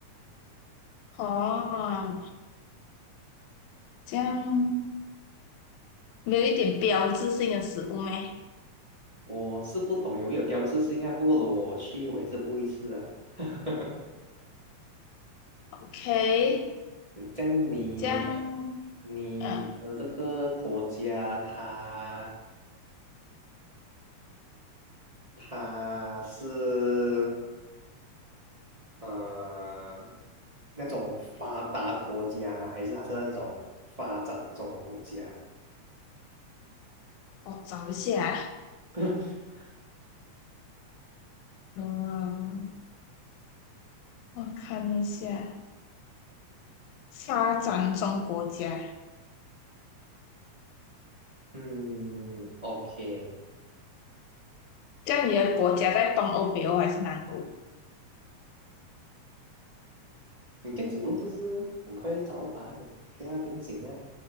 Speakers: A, on the left; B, on the right.
A: 哦，这样没有一点标志性的食物咩
B: 我是不懂有没有标志性啊，不过如果我去，我也是不会吃啊。<laughs>
A: ？OK，
B: 这样你的
A: 这样，
B: 你的这个国家它，
A: 嗯。
B: 它是呃那种发达国家吗？还是它是那种发展中的国家？
A: 我找一下，
B: <laughs>
A: 嗯，我看一下，发展中国家，
B: 嗯，OK，
A: 这样你的国家在东欧、北欧还是南欧？
B: 你这样子问不是很快就找到答案了？OK 啊，不用紧啊，